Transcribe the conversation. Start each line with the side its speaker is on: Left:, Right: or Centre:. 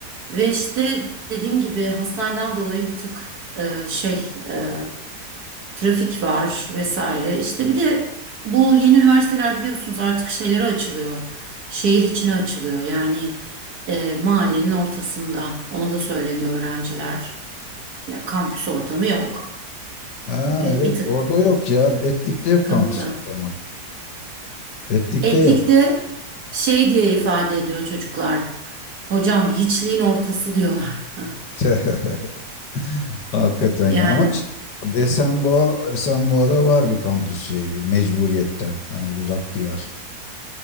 Right: Ve işte dediğim gibi hastaneden dolayı bir tık e, şey e, trafik var vesaire. İşte bir de bu yeni üniversiteler biliyorsunuz artık şeylere açılıyor. Şehir içine açılıyor. Yani e, mahallenin ortasında. Ona da söyleniyor öğrenciler. Ya kampüs ortamı yok.
Left: Ha
Right: E,
Left: evet
Right: bir tık
Left: orada yok ya. Etlik'te yok
Right: sıkıntı.
Left: kampüs ortamı. Etlik'te
Right: Etlik
Left: yok.
Right: de şey diye ifade ediyor çocuklar. Hocam hiçliğin ortası diyorlar. <laughs>
Left: <laughs> Hakikaten
Right: Yani
Left: ya. Ama işte Esenboğa, Esenboğa'da var bir kampüs şeyi mecburiyetten. Hani uzak diyar.